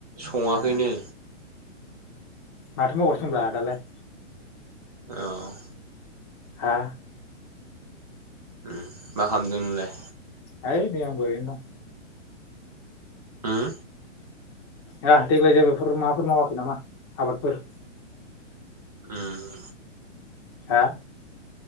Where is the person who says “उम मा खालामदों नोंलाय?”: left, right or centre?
Right